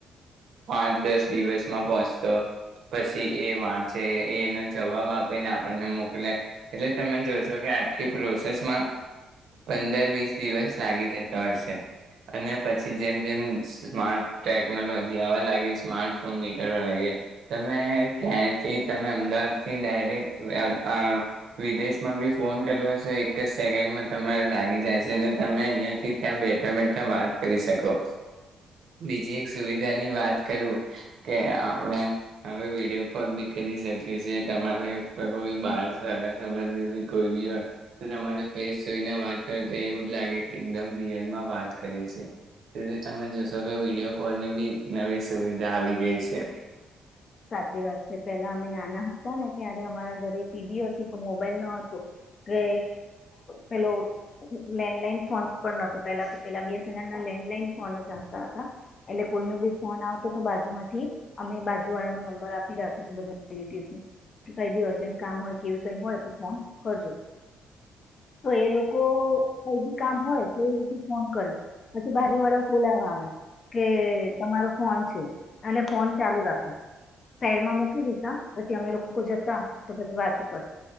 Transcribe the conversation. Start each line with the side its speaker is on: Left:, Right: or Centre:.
Right: પાંચ દસ દિવસમાં પહોચતો પછી એ વાંચે એનો જવાબ આપીને આપણને મોકલે એટલે તમે જોશો કે આખી પ્રોસેસમાં પંદર વીસ દિવસ લાગી જતા હશે અને પછી જેમ જેમ સ્માર્ટ ટેકનોલોજી આવા લાગી સ્માર્ટ ફોન નીકળવા લાગી તમે ક્યાંથી તમે અમદાવાદ થી ડાયરેક્ટ વિદેશમાં બી ફોન કર્યો હશે એક જ સેકન્ડમાં તમારે લાગી જાય. જેને તમે અહિયાંથી ત્યાં બેઠા બેઠા વાત કરી શકો બીજી એક સુવિધાની વાત કરું કે આપણે હવે વિડીયો કોલ બી કરી શકીએ તમારે કોઈ બાળ સગાસંબંધી કોઈ બી તમારે ફેસ જોઈને વાત એવું જ લાગે કે એકદમ રિયલમાં વાત કરે છે તમે જોશો કે વિડીયો કોલની બી નવી સુવિધા આવી ગઈ છે.
Left: સાચી વાત છે પેલા અમે નાના હતા ને ત્યારે અમારા ઘરે ટીવી હતી પણ મોબાઈલ ન હતો કે પેલો લેન્ડલાઈન ફોન પણ નતો પેલા તો પેલા બીએસનલ ના લેન્ડલાઈન ફોન જ આવતા હતા એટલે કોઈનો બી ફોન આવતો તો બાજુ માંથી અમે બા જુ વાળા નો નંબર આપી રાખો કઈ બી અર્જન્ટ કામ હોય કેવી કઈ હોય તો ફોન કરજો. તો એ લોકો કઈ બી કામ હોય તો એ રીતે ફોન કરે પછી બાજુ વાળા ખોલાવા આવે કે તમારો ફોન છે અને ફોન ચાલુ રાખો. સાઈડમાં મૂકી દેતા પછી અમે લોકો જતા તો પછી વાત કરતા